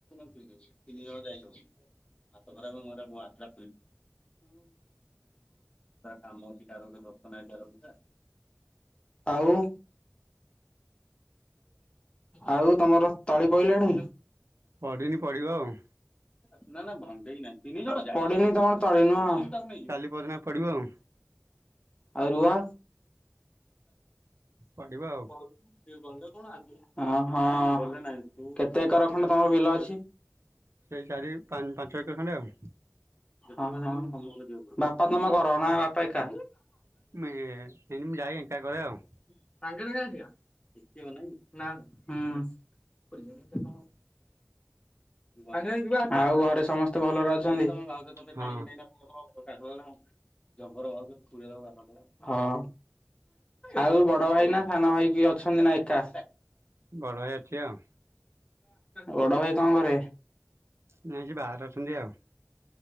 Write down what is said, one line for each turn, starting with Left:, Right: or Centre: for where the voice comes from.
Left: ତିନି ଜଣ ଯାଇହବ। ହୁଁ। କହୁଥିଲା ତାର କାମ ଅଛି କାର ଗଟେ ଆଉ ଆଉ ତମର ତଳି ପଇଲାଣି?
Right: ପଡିନି ପଡିବ ଆଉ।
Left: ପଡିିନି ତମର ତଳି ନୁହଁ।
Right: କାଲି ପରଦିନ ପଡିବ ଆଉ
Left: ଆଉ ରୁଆ।
Right: ପଡିବ ଆଉ।
Left: ଅହଁଁ କେତେ ଏକର ଖଣ୍ଡେ ତମର ବିଲ ଅ
Right: ସେଇ ଚାରି ପା ପାଞ୍ଚ ଏକର ଖଣ୍ଡେ ଆଉ।
Left: ହଁ ହଁ ବାପା ତମେ କର ନା ବାପା ଏକା?
Right: ମିଇଏ ଇନ୍ ମୁଁ ଯାଇ ଏଙ୍କା କରେ ଆଉ।
Left: <unintelligible> ଆଉ ଘରେ ସମସ୍ତେ ଭଲରେ ଅଛନ୍ତି? <unintelligible>
Right: ହଁ
Left: ହଁ। ଆଉ ବଡ ଭାଇ ନା ସାନ ଭାଇ କିଏ ଅଛନ୍ତି ନା ଏକା।
Right: ବଡହାଇ ଅଛି ଆଉ।
Left: ବଡ ଭାଇ କଁ କରେ?
Right: ନାଇଁ ସେ ବାହାରେ ଅଛନ୍ତି ଆଉ।